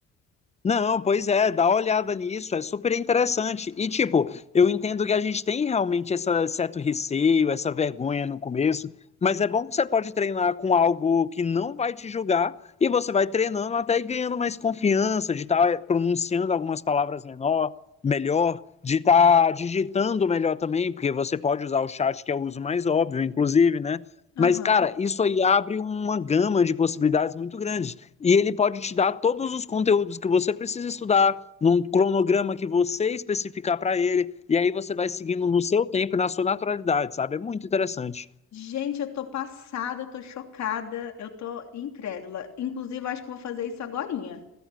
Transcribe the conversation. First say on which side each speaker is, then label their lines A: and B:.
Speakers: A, on the left; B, on the left.
A: Não, pois é, dá uma olhada nisso, é super interessante. E, tipo, eu entendo que a gente tem realmente esse certo receio, essa vergonha no começo, mas é bom que você pode treinar com algo que não vai te julgar e você vai treinando até ganhando mais confiança de estar pronunciando algumas palavras menor, melhor, de estar digitando melhor também, porque você pode usar o chat, que é o uso mais óbvio, inclusive, né?
B: Aham.
A: Mas, cara, isso aí abre uma gama de possibilidades muito grande e ele pode te dar todos os conteúdos que você precisa estudar num cronograma que você especificar para ele e aí você vai seguindo no seu tempo e na sua naturalidade, sabe? É muito interessante.
B: Gente, eu tô passada, eu tô chocada, eu tô incrédula. Inclusive, eu acho que eu vou fazer isso agorinha,